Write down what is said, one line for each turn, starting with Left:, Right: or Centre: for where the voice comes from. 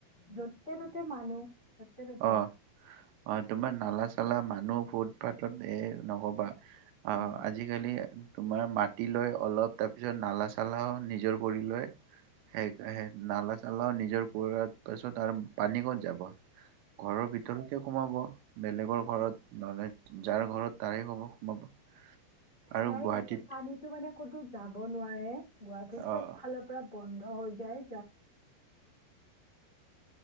Left: য'তে ত'তে মানুহ যতে ততে
Right: অ
Left: মানুহ
Right: অ তোমাৰ নালা চালা মানুহ ফুটপাথত এ নকবা অ
Left: অঁ
Right: আজিকালি তোমাৰ মাটি লৈ অলপ তাৰ পিছত নালা চালাও নিজৰ কৰি লৈ হেই হেই নালাত নালাও নিজৰ কাৰা পাছত আৰু পানী কত যাব ঘৰৰ ভিতৰতে সোমাব বেলেগৰ ঘৰত
Left: অঁ
Right: নহ'লে যাৰ ঘৰত তাৰে হ'ব, সোমাব। আৰু
Left: সেয়াই
Right: গুৱাহাটীত
Left: হৈছে পানীটো মানে ক'তো যাব নোৱা ৰে গুৱাহাটীৰ
Right: অ'
Left: চব ফালৰ পৰা বন্ধ হৈ যায়